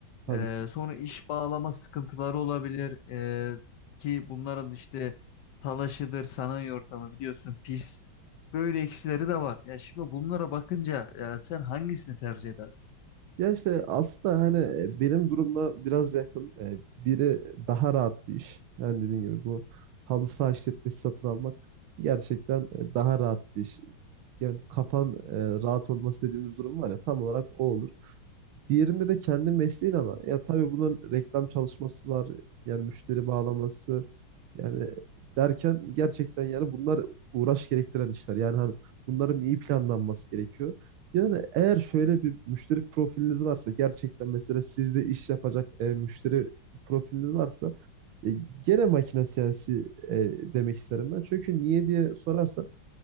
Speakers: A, on the right; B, on the left.
A: Tabii
B: Ee,
A: ki.
B: sonra iş bağlama sıkıntıları olabilir Ee, ki bunların işte talaşıdır, sanayi ortamı biliyorsun pis. Böyle eksileri de var. Ya şimdi bunlara bakınca ya sen hangisini tercih ederdin?
A: Ya işte aslında hani e, benim durumla biraz yakın. E, Biri daha rahat bir iş. Yani dediğim gibi bu halı saha işletmesi satın almak gerçekten e, daha rahat bir iş. Yani kafan e, rahat olması dediğimiz durum var ya tam olarak o olur. Diğerinde de kendi mesleğin ama ya tabii bunun reklam çalışması var. Yani müşteri bağlaması yani derken gerçekten yani bunlar uğraş gerektiren işler. Yani hani bunların iyi planlanması gerekiyor. Yani eğer şöyle bir müşteri profiliniz varsa gerçekten mesela sizde iş yapacak e, müşteri profiliniz varsa e, gene makine siyasi e, demek isterim ben. Çünkü niye diye sorarsan